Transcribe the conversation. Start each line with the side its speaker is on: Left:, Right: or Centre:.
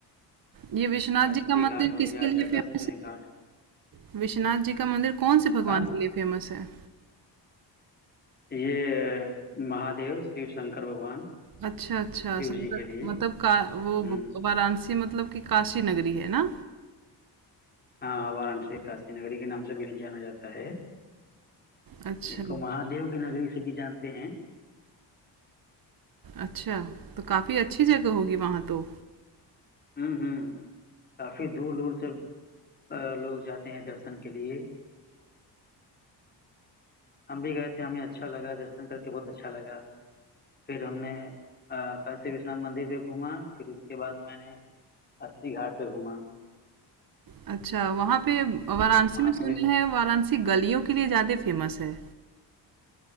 Right: ये विश्वनाथ
Left: अस्सी
Right: जी का मंदिर
Left: घाट हो
Right: किसके
Left: गया
Right: लिए
Left: दशाश्वमेध
Right: फेमस
Left: घाट
Right: है विश्वनाथ जी का मंदिर कौन से भगवान
Left: हाँ
Right: के लिए फेमस है
Left: ये महादेव शिव शंकर भगवान
Right: अच्छा, अच्छा,
Left: शिव
Right: संकर
Left: जी के लिए
Right: मतलब का
Left: हम्म
Right: वो ब वाराणसी मतलब कि काशी नगरी है ना?
Left: हाँ वाराणसी काशी नगरी के नाम से भी जाना जाता है
Right: अच्छा,
Left: इसको महादेव की नगरी से भी जानते हैं
Right: अच्छा, तो काफ़ी अच्छी जगह होगी वहाँ तो।
Left: हम्म हम्म काफी दूर दूर से अ, लोग जाते हैं दर्शन के लिए हम भी गए थे हमें अच्छा लगा दर्शन करके बहुत अच्छा लगा फिर हमने अ, काशी विश्वनाथ मंदिर पे घूमा फिर उसके बाद मैंने अस्सी घाट पे घूमा
Right: अच्छा, वहाँ पे वाराणसी
Left: वहां
Right: में सुने
Left: पे भी
Right: हैं वाराणसी गलियों के लिए ज़्यादा फेमस है।